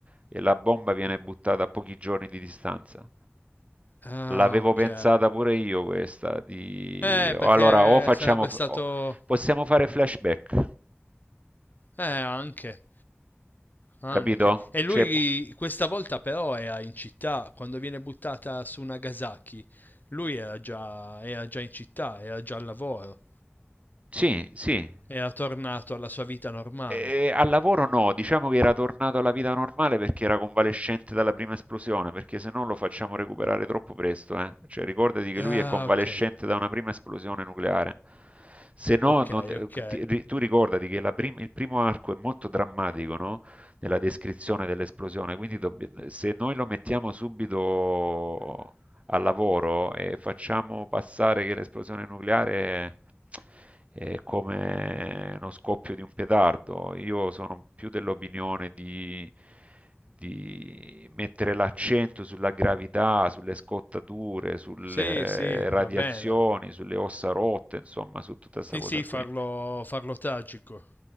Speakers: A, on the right; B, on the left.
A: e la bomba viene buttata a pochi giorni di distanza.
B: Ah,
A: L'avevo
B: ok.
A: pensata pure io questa, di...
B: Eh,
A: o
B: perché
A: allora o facciamo,
B: sarebbe stato...
A: o- possiamo fare flashback,
B: Eh, anche, anche.
A: capito?
B: E lui
A: Cioè, pu-
B: questa volta però era in città, quando viene buttata su Nagasaki, lui era già, era già in città, era già al lavoro,
A: sì, sì,
B: era tornato alla sua vita normale.
A: Eh, al lavoro no, diciamo che era tornato alla vita normale perché era convalescente dalla prima esplosione, perché se no lo facciamo recuperare troppo presto, eh. Cioè, ricordati che
B: Ah,
A: lui è convalescente
B: ok,
A: da una prima esplosione nucleare. Se no,
B: ok,
A: non-
B: ok.
A: ti- ri- tu ricordati che la prim- il primo arco è molto drammatico, no? Nella descrizione dell'esplosione, quindi dobb- se noi lo mettiamo subito al lavoro e facciamo passare che l'esplosione nucleare è come uno scoppio di un petardo. Io sono più dell'opinione di, di mettere l'accento sulla gravità, sulle scottature, sulle
B: Sì, sì,
A: radiazioni,
B: va bene.
A: sulle ossa rotte, insomma, su tutta
B: Sì,
A: questa cosa
B: sì,
A: qui.
B: farlo, farlo tragico.